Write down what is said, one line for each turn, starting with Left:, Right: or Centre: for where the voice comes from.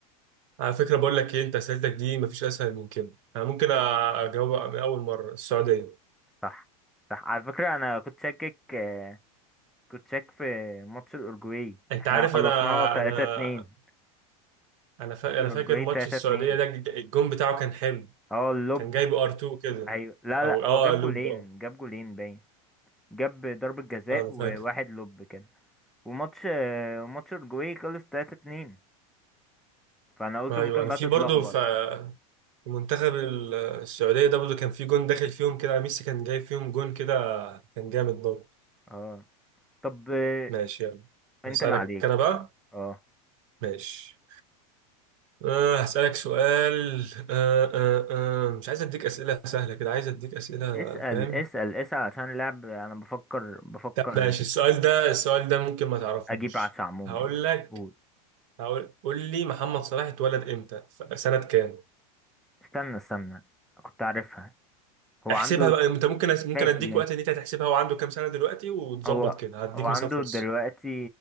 Right: على فكره بقول لك ايه انت اسئلتك دي مفيش اسهل من كده انا ممكن اجاوب من اول مره السعوديه
Centre: صح صح على فكرة أنا كنت شاكك آه، كنت شاك في ماتش الأورجواي
Right: انت
Centre: احنا
Right: عارف
Centre: خلصناه
Right: انا
Centre: 3-2
Right: انا انا فا...
Centre: ماتش الأورجواي
Right: انا فاكر ماتش
Centre: 3-2
Right: السعوديه ده الج- الجون بتاعه كان حلو
Centre: اه اللوب
Right: كان جايب ار 2 كده
Centre: أيوة لا
Right: او
Centre: لا
Right: اه
Centre: هو جاب
Right: لوب
Centre: جولين
Right: اه
Centre: جاب جولين باين جاب ضربة جزاء
Right: آه، انا
Centre: وواحد
Right: فاكر
Centre: لوب كده وماتش آه، ماتش الأورجواي خلص 3-2 فانا قلت
Right: ايوه
Centre: ممكن
Right: انا
Centre: بقى
Right: في
Centre: تتلخبط
Right: برضه ف- في منتخب ال- السعوديه ده برضه كان في جون داخل فيهم كده ميسي كان جايب فيهم جون كده كان جامد برضه
Centre: اه طب آه،
Right: ماشي يلا
Centre: انت
Right: هسألك
Centre: اللي عليك
Right: انا بقى
Centre: اه
Right: ماشي أه هسألك سؤال أه أه أه مش عايز اديك أسئلة سهلة كده عايز اديك أسئلة
Centre: اسأل
Right: فاهم
Centre: اسأل اسأل عشان اللعب انا بفكر بفكر
Right: طب ماشي السؤال ده السؤال ده ممكن ما تعرفوش
Centre: اجيب عشا عموما
Right: هقول
Centre: يعني
Right: لك
Centre: قول
Right: هقول قول لي محمد صلاح اتولد امتى في سنة كام
Centre: استنى استنى كنت عارفها هو
Right: احسبها
Centre: عنده
Right: بقى انت ممكن ممكن
Centre: ماشي
Right: اديك
Centre: ماشي
Right: وقت ان انت تحسبها وعنده كام سنة دلوقتي وتظبط
Centre: هو
Right: كده هديك
Centre: هو عنده
Right: مثلا فرصة
Centre: دلوقتي